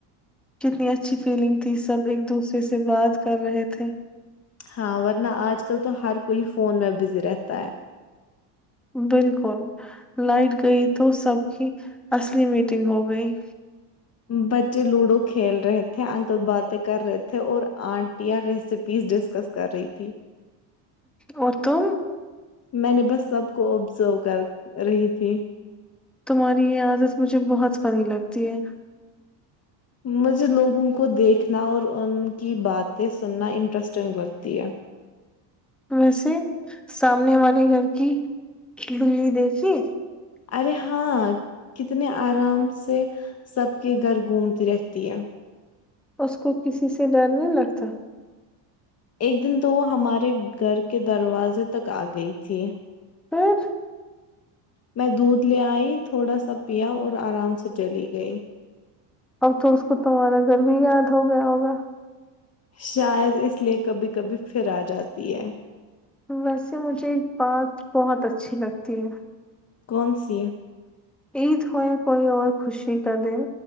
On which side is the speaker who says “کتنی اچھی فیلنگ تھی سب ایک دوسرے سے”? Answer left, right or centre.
Centre